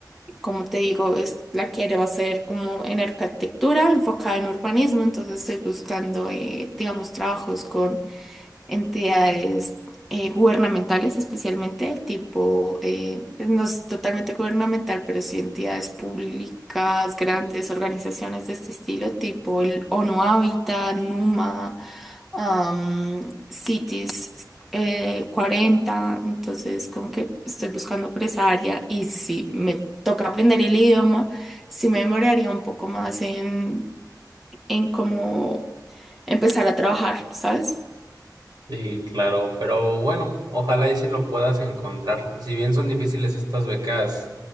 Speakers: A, in the centre; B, on the right.
A: como te digo, es, la quiero hacer como en arquitectura, enfocada en urbanismo, entonces estoy buscando, eh, digamos, trabajos entidades eh, gubernamentales especialmente, tipo, eh, pues no es totalmente gubernamental, pero sí entidades públicas, grandes organizaciones de este estilo, tipo el ONU Habitat, NUMA, am, CITES eh, 40, entonces como que estoy buscando por esa área y si me toca aprender el idioma, sí me demoraría un poco más en, en cómo empezar a trabajar, ¿sabes?
B: Sí, claro, pero bueno, ojalá y si lo puedas encontrar. Si bien son difíciles estas becas,